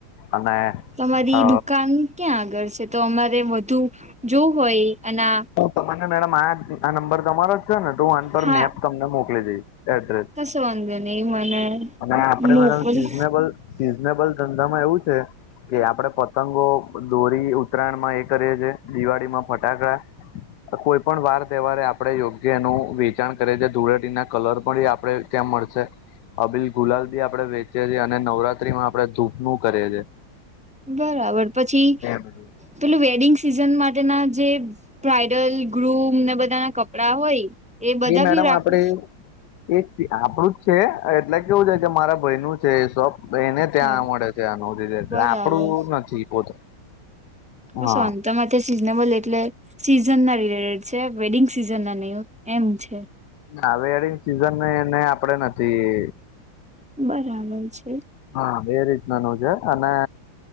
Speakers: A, on the left (about 65°); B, in the centre.
A: અને
B: તમારી
A: અ
B: દુકાન ક્યાં આગળ છે. તો અમારે વધુ જોવું હોય અને
A: તમને મેડમ આ આ નંબર તમારો જ છે ને તો આન પર
B: હા
A: મેપ તમને મોકલી દઈશ એડ્રેસ
B: કશો વાંધો નહી મને
A: અને આપડે
B: મોકલી
A: મેડમ સિઝનેબલ સીઝનેબલ ધંધા માં એવું છે કે આપડે પતંગો દોરી ઉત્તરાયણ માં એ કરીએ છે. દિવાળીમાં ફટાકડા કોઈ પણ વાર તહેવારે આપણેે યોગ્ય એનું વેચાણ કરીએ છે ધૂળે ટી ના કલર પણ આપડે ત્યાં મળશે. અબીલ ગુલાલ બી આપડે વેચીએ છીએ અને નવરાત્રી માં આપણે ધૂપનું કરીએ છે.
B: બરાબર પછી
A: બધું
B: પેલુ વેડિંગ સિઝન માટેના જે બ્રાઈડલ ગ્રૂમ ને બધા ના કપડા હોય એ બધા
A: મેડમ
B: ભી રાખો
A: આપડે એ આપડું જ છે એટલે કેવું છે કે મારા ભાઈ નું છે એ સબ એને ત્યાં
B: હા
A: મળે છે. નહોંધી
B: બરાબર
A: દ આપણું નથી પોતે
B: ક
A: હા
B: શું તમારે ત્યાં સિઝનેબલ એટલે સિઝનના રિલેટેડ છે. વેડિંગ સિઝન ના નહીં એમ છે.
A: ના હવેળ સિઝન એને આપડે નથી
B: બરાબર છે.
A: હા એ રીતનાનુંું છે. અને